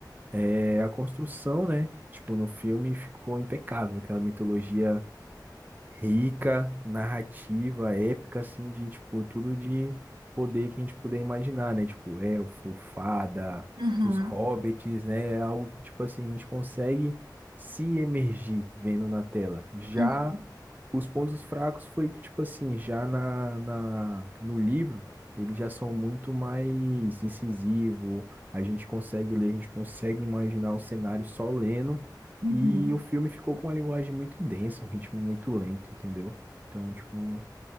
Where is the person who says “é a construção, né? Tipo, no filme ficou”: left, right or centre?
Right